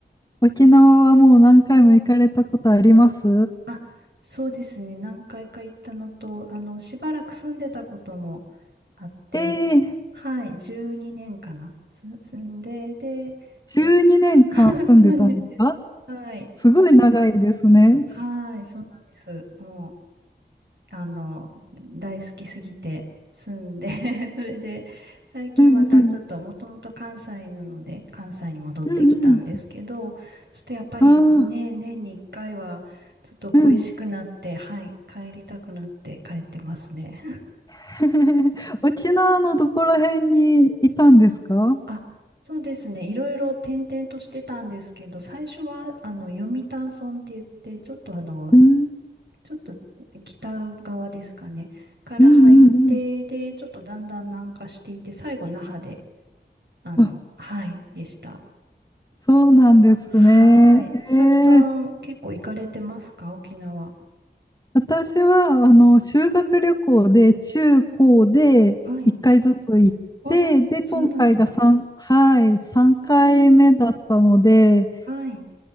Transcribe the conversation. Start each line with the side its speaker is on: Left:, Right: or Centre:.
Left: 沖縄はもう何回も行かれたことあります
Right: あ、そうですね。何回か行ったのと、あの、しばらく住んでたこともあって、
Left: ええ
Right: はい、12年かな。す、住んで、で、
Left: 12年間住んでたのか
Right: え、<laughs> そうなんですよ。はい。
Left: すごい長いですね。
Right: はい、そうなんです。もうあの、大好きすぎて住んで <laughs> それで、最近またちょっと、
Left: うんうん。
Right: もともと関西なので、関西に戻ってきたんですけど、
Left: うん
Right: ちょっとやっぱりね、
Left: うん。ああ、
Right: 年に一回は、ちょっと恋しくなって、
Left: うん。
Right: はい、帰りたくなって帰ってますね。
Left: <laughs> 沖縄のどこら辺にいたんですか
Right: <laughs> あ、そうですね。いろいろ転々としてたんですけど、最初は、あの、読谷村って言って、ちょっとあの、
Left: うん、
Right: ちょっと北側ですかね、から入って、
Left: うん、うん、うん。
Right: で、ちょっとだんだん南下していって、最後那覇で、あの、
Left: あ、
Right: はい、でした。
Left: そうなんですね。
Right: はい。千里さん、
Left: え
Right: 結構行かれてますか沖縄。
Left: 私は、あの、修学旅行で、中高で1回ずつ行って、
Right: はい。あ、
Left: で、
Right: そうなんだ。
Left: 今回が3、はい、3回目だったので、
Right: えー、はい。